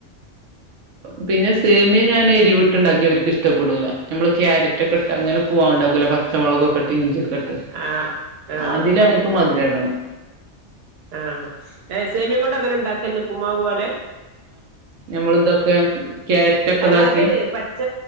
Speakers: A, on the right; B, on the right.
A: പിന്നെ സേമിയ ഞാന് എരിവിട്ടുണ്ടാക്കി അവർക്ക് ഇഷ്ടപ്പെടൂല ഞമ്മള് ക്യാരറ്റ് ഒക്കെ ഇട്ട് അങ്ങനെ ഉപ്പുമാവ്ണ്ടാക്കൂലേ പച്ചമുളകൊക്കെട്ട് ഇഞ്ചി ഒക്കെട്ട്
B: ആഹ് ആഹ്
A: അതില് അവർക്ക് മധുരടണം
B: ആഹ് സേമ്യം കൊണ്ട് അങ്ങനെ ഉണ്ടാക്കല്ണ്ട് ഉപ്പ്മാവ് പോലെ
A: നമ്മള് ഇതൊക്കെ ക്യാരറ്റ് ഒക്കെ
B: അല്ലാത്
A: ഇതാക്കി
B: പച്ച